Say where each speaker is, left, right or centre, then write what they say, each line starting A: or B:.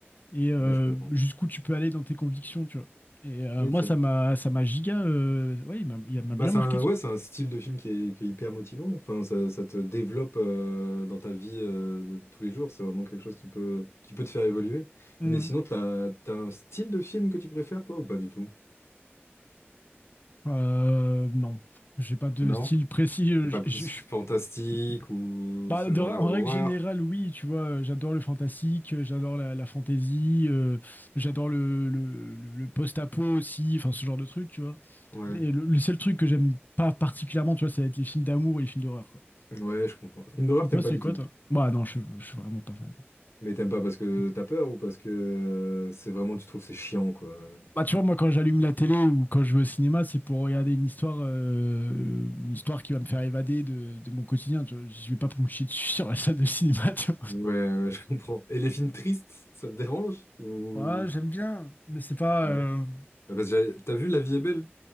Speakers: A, on the left (about 45°); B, on the left (about 75°).
A: et euh,
B: ouais, je comprends.
A: jusqu'où tu peux aller dans tes convictions. Tu vois. Et euh,
B: Ok.
A: moi, ça m'a, ça m'a giga. euh, ouais, il m'a il m'a
B: Bah,
A: bien
B: c'est
A: marqué
B: un,
A: ce
B: ouais, c'est un style de film qui est, qui est hyper motivant. Enfin, ça, ça te développe euh, dans ta vie euh, de tous les jours. C'est vraiment quelque chose qui peut, qui peut te faire évoluer.
A: film.
B: Mais sinon, t'as, t'as un style de film que tu préfères, toi, ou pas du tout?
A: Euh, non, j'ai pas de
B: Non?
A: style précis. euh,
B: T'es pas
A: Je,
B: plus
A: je- je
B: fantastique
A: suis
B: ou
A: pas
B: ce
A: de-
B: genre-là,
A: en
B: horreur?
A: règle générale, oui, tu vois, euh, j'adore le fantastique, euh, j'adore la, la fantasy, euh, j'adore le, le, le- le post-apo aussi, enfin ce genre de truc, tu vois.
B: Ouais.
A: Mais le, le seul truc que j'aime pas particulièrement, tu vois, ça va être les films d'amour et les films d'horreur, quoi.
B: Ouais, je comprends. Film d'horreur,
A: Et
B: t'aimes
A: toi,
B: pas
A: c'est
B: du
A: quoi,
B: tout.
A: toi? Bah non, je, je suis vraiment pas fan.
B: Mais t'aimes pas parce que t'as peur ou parce que euh, c'est vraiment, tu trouves c'est chiant, quoi.
A: Bah tu vois, moi, quand j'allume la télé ou quand je vais au cinéma, c'est pour regarder une histoire, euh, une histoire qui va me faire évader de, de mon quotidien, tu vois. Je vais pas pour me chier dessus sur la salle de cinéma, <laughs> tu
B: Ouais, ouais, <laughs> je comprends. Et les films tristes, ça te dérange? Ou...
A: Ouais, j'aime bien, mais c'est pas.
B: Ouais.
A: euh,
B: Bah, Parce que j'avais- t'as vu La vie est belle?